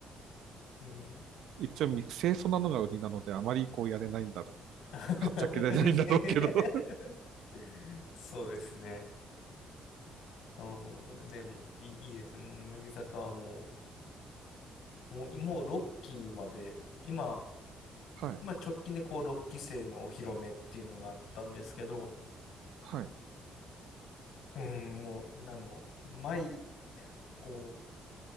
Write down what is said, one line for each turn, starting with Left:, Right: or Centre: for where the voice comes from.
Left: うん。
Right: う、一応み、清楚なのが売りなので、あまりこうやれないんだろう。
Left: <laughs>
Right: はっちゃけられないんだろうけど <laughs>
Left: そうですね。うん、でも、いい、いいですね。乃木坂はもう、もう、もう6期まで、今、
Right: はい。
Left: 今直近でこう6期生のお披露目っていうのがあったんですけど、
Right: はい。
Left: うん、もう、あの、毎、こう、